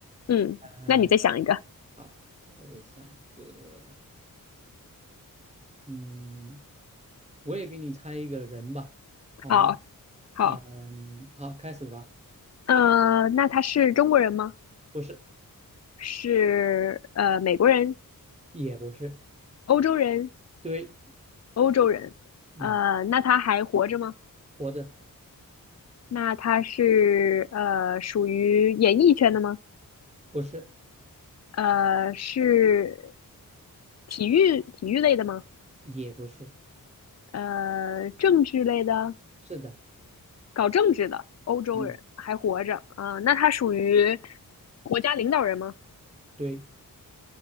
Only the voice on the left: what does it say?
嗯，
那你再想一个，
好好。
呃，那他是中国人吗？
是呃美国人、
欧洲人、
欧洲人。
呃，那他还活着吗？
那他是呃属于演艺圈的吗？
呃，是体育体育类的吗？
呃，政治类的，
搞政治的欧洲人还活着啊，
那他属于国家领导人吗？